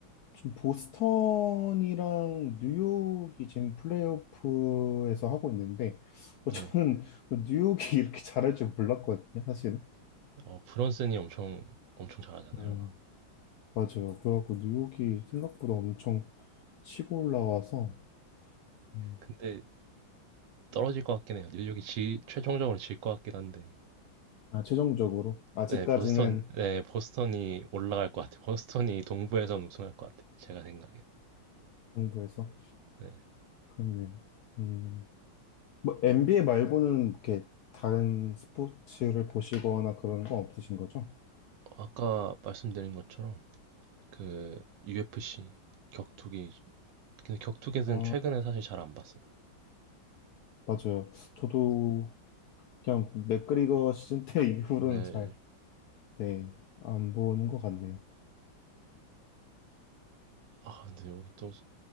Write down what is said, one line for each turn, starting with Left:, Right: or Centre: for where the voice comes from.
Left: 지금 보스턴이랑 뉴욕이 지금 플레이오프에서 하고 있는데 어,
Right: 네.
Left: 저는 그 뉴욕이 <laughs> 이렇게 잘할 줄 몰랐거든요, 사실은.
Right: 어, 브런슨이 엄청, 엄청 잘하잖아요.
Left: 음, 맞아요. 그래갖고 뉴욕이 생각보다 엄청 치고 올라와서 음,
Right: 근데 떨어질 것 같긴 해요. 뉴욕이 지, 최종적으로 질 것 같긴 한데.
Left: 아, 최종적으로 아직까지는
Right: 네, 보스턴, 네, 보스턴이 올라갈 것 같아요. 보스턴이 동부에선 우승할 것 같아요. 제가 생각엔.
Left: 동부에서
Right: 네.
Left: 그렇네요. 음, 뭐 NBA 말고는 이렇게 다른 스포츠를 보시거나 그런 거 없으신 거죠?
Right: 아까 말씀드린 것처럼 그 UFC 격투기 근데 격투기는
Left: 아,
Right: 최근에 사실 잘 안 봤어요.
Left: 맞아요. 저도 그냥 맥그리거 시즌 때 <laughs> 이후로는
Right: 네.
Left: 잘, 네, 안 보는 것 같네요.
Right: 아, 근데 오늘 또 스-